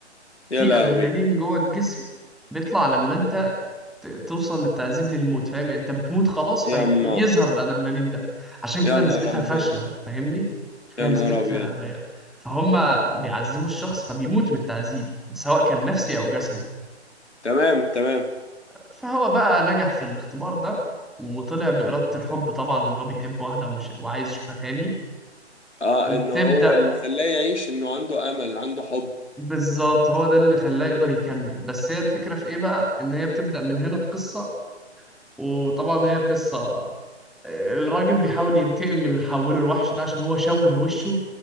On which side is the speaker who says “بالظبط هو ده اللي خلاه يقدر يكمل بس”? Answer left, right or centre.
Centre